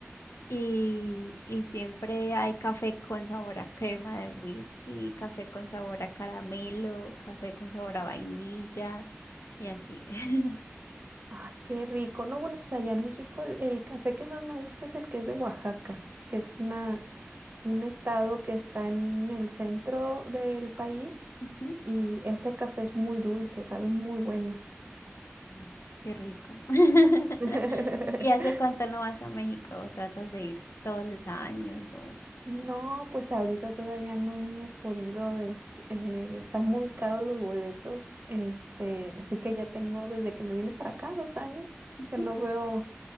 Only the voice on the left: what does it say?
y, y siempre hay café con sabor a crema de whisky, café con sabor a caramelo, café con sabor a vainilla y así. <laughs>
Ujú.
Mm. Qué rico. <laughs>
¿Y hace cuánto no vas a México? ¿O tratas de ir todos los años o...?
Ujú.